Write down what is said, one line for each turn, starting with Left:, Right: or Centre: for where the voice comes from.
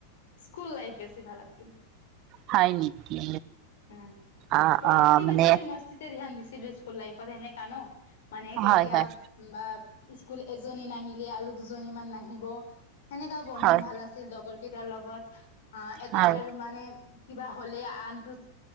Left: স্কুল লাইফ বেছি ভাল আছিল।
Right: হয় নেকি?
Left: উম
Right: অ
Left: পঢ়াতকে
Right: অ মানে
Left: বেছি আমি মস্তিতে ধ্যান দিছিলো স্কুল লাইফত সেনেকা ন। মানে কেতিয়া
Right: হয় হয়
Left: বা- স্কুল এজনী নাহিলে আৰু দুজনী মান নাহিব সেনেকা বন্দিং
Right: হয়
Left: ভাল আ- আছিল লগৰ কেইটাৰ লগত। অ এটাৰ
Right: হয়
Left: মানে কিবা হ'লে আনটো-